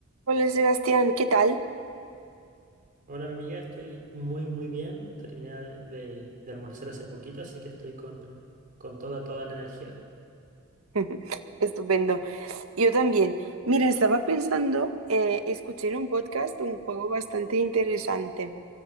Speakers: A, on the right (about 75°); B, on the right (about 40°).
A: Hola Sebastián, ¿qué tal?
B: Hola, mi amiga, estoy muy, muy bien. Terminé de, de- de almorzar hace poquito, así que estoy con, con toda, toda la energía.
A: <laughs> Estupendo. Yo también. Mira, estaba pensando, eh, escuché en un podcast un juego bastante interesante